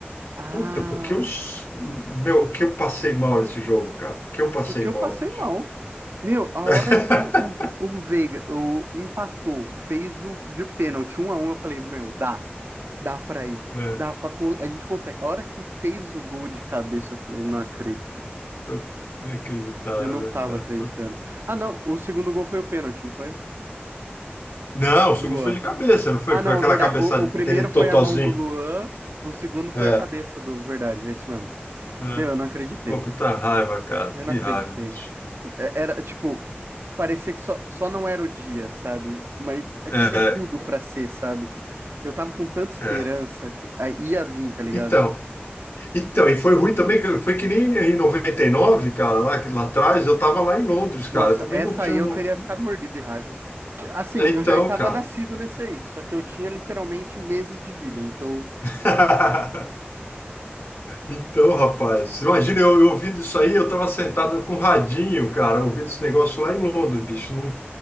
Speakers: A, on the right; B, on the left.
A: Ah,
B: Puta, o que eu, s- meu, o que eu passei mal nesse jogo, cara? O que eu passei
A: o que
B: mal,
A: eu passei
B: bicho.
A: mal. Meu, a
B: <laughs>
A: hora que o, o, o Veiga o, empatou, fez o de pênalti um a um eu falei, meu, dá, dá pra ir,
B: É,
A: dá pra. con- A gente consegue. A hora que fez o gol de cabeça, eu falei, não acredito.
B: foi inacreditável,
A: Eu não
B: né,
A: tava
B: cara?
A: acreditando. Ah, não. O segundo gol foi o pênalti, não foi?
B: Não, o segundo
A: O Luan.
B: foi de cabeça, não foi?
A: Ah,
B: Foi
A: não,
B: aquela
A: verdade.
B: cabeçada,
A: O, o primeiro
B: aquele totozinho.
A: foi a mão do Luan, o segundo foi
B: É,
A: a cabeça do. Verdade, é isso mesmo.
B: é.
A: Meu, eu não acreditei.
B: Pô, puta raiva, cara.
A: Eu
B: Que
A: não acreditei.
B: raiva, bicho.
A: É- Era, tipo, parecia que só, só não era o dia, sabe? Mas
B: É,
A: tinha tudo pra ser, sabe? Eu tava com tanta esperança
B: é.
A: que aí ia vir, tá ligado?
B: Então, então, e foi ruim também, que foi que nem em 99, cara, lá, lá atrás, eu tava lá em Londres, cara.
A: Nossa,
B: Eu também
A: essa
B: não tinha.
A: aí eu
B: Não...
A: teria ficado mordido de raiva. Assim,
B: É, Então,
A: eu já estava
B: cara.
A: nascido nesse aí, só que eu tinha literalmente meses de vida, então.
B: <laughs> Então, rapaz, imagina eu, eu ouvindo isso aí, eu tava sentado com o radinho, cara, ouvindo esse negócio lá em Londres, bicho. não-